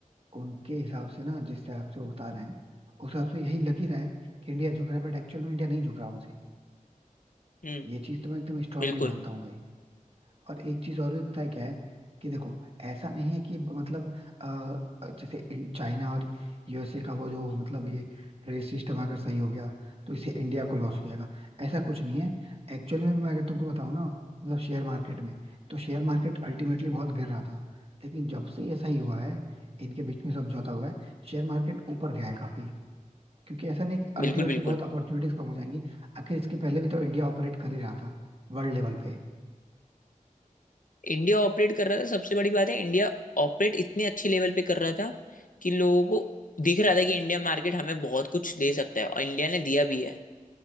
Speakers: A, on the right (about 45°); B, on the left (about 75°).
A: उनके हिसाब से ना जिस हिसाब से वो बता रहे हैं उस हिसाब से यही लग ही रहा है कि इंडिया झुक रहा है बट एक्चुअल में इंडिया नहीं झुक रहा उनसे
B: हम्म
A: ये चीज तो मैं एकदम स्ट्रांगली
B: बिल्कुल
A: मानता हूँ भाई और एक चीज और भी पता है क्या है कि देखो ऐसा नहीं है कि मतलब अ, जैसे इन- चाइना और यूएसए का वो जो मतलब ये ट्रेड सिस्टम अगर सही हो गया तो इससे इंडिया को लॉस हो जाएगा ऐसा कुछ नहीं है एक्चुअली में मैं अगर तुमको बताऊं ना मतलब शेयर मार्केट में तो शेयर मार्केट अल्टीमेटली बहुत गिर रहा था लेकिन जब से ऐसा ही हुआ है इनके बीच में समझौता हुआ है शेयर मार्केट ऊपर गया है काफी क्योंकि ऐसा नहीं कि अल्टीमेटली
B: बिल्कुल बिल्कुल
A: बहुत अपॉर्चुनिटीज कम हो जाएंगी आखिर इसके पहले भी तो इंडिया ऑपरेट कर ही रहा था वर्ल्ड लेवल पे
B: इंडिया ऑपरेट कर रहा था सबसे बड़ी बात है इंडिया ऑपरेट इतने अच्छे लेवल पे कर रहा था कि लोगों को दिख रहा था कि इंडिया मार्केट हमें बहुत कुछ दे सकता है और इंडिया ने दिया भी है